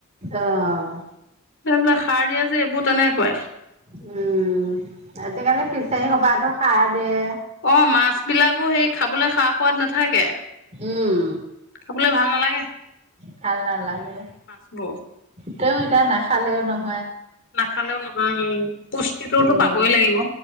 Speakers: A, on the right; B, on the left.
A: অ',
B: এইবোলে সাৰ দিয়া যে এইবোৰ তেনেকুৱাই
A: উম আজিকালি ফিচাৰীসবাতো সাৰ দিয়ে
B: অ মাছবিলাকো সেই, খাবলৈ সা-সোৱাদ নাথাকে
A: উম,
B: খাবলৈ ভাল নালাগে
A: ভাল নালাগে
B: মাছবোৰ
A: তেও এতিয়া নাখালেও নহ
B: নাখালেও নহয় উম! পুষ্টিটোতো
A: উম,
B: পাবই লাগিব